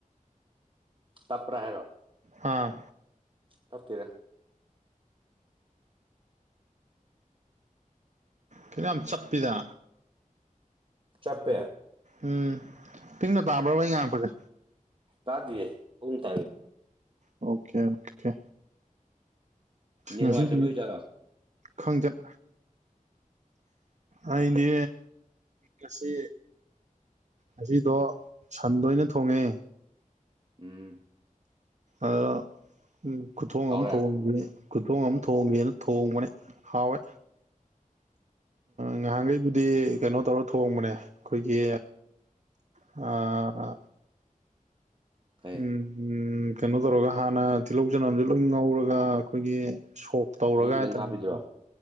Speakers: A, on the right (about 35°); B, on the right (about 55°).
A: ꯇꯞꯄ꯭ꯔꯥ ꯍꯥꯏꯔꯣ
B: ꯑꯥ
A: ꯇꯞꯇꯦꯗ
B: ꯀꯩꯅꯣ ꯌꯥꯝ ꯆꯠꯄꯤꯗ
A: ꯆꯞꯄꯦ
B: ꯎꯝ ꯄꯤꯡꯅ ꯇꯥꯕ꯭ꯔꯕ ꯑꯩ ꯉꯥꯡꯉꯛꯄꯁꯦ
A: ꯇꯗꯦ ꯎꯟ ꯇꯔꯦ
B: ꯑꯣꯀꯦ ꯑꯣꯀꯦ
A: ꯅꯦꯠ
B: ꯉꯁꯤꯗꯤ
A: ꯅꯨꯡꯉꯥꯏꯇꯕꯩ ꯑꯣꯏꯖꯥꯠꯂꯣ
B: ꯈꯪꯆꯠ ꯑꯩꯗꯤ ꯉꯁꯤ ꯑꯁꯤꯗꯣ ꯁꯟꯗ ꯑꯣꯏꯅ ꯊꯣꯡꯉꯦ
A: ꯎꯝ
B: ꯑ ꯎ ꯈꯨꯊꯣꯡ
A: ꯍꯥꯎꯔꯦ
B: ꯑꯃ ꯊꯣꯡꯈꯤ ꯀꯨꯊꯣꯡ ꯑꯃ ꯊꯣꯡꯒꯦꯅ ꯊꯣꯡꯕꯅꯦ ꯍꯥꯎꯋꯦ ꯉꯍꯥꯟꯈꯩꯕꯨꯗꯤ ꯀꯩꯅꯣ ꯇꯧꯔ ꯊꯣꯡꯕꯅꯦ ꯑꯩꯈꯣꯏꯒꯤ ꯑ
A: ꯀꯩ
B: ꯎꯝ ꯀꯩꯅꯣ ꯇꯧꯔꯒ ꯍꯥꯟꯅ ꯇꯤꯜꯍꯧ ꯆꯅꯝꯁꯦ ꯂꯣꯏ ꯉꯧꯔꯒ ꯑꯩꯈꯣꯏꯒꯤ ꯁꯣꯛ ꯇꯧꯔꯒ
A: ꯃꯍꯤ ꯈꯤꯇꯪ
B: ꯍꯥꯏꯇꯥꯔꯦꯅꯦꯀꯣ
A: ꯍꯥꯞꯄꯤꯗꯨꯔꯣ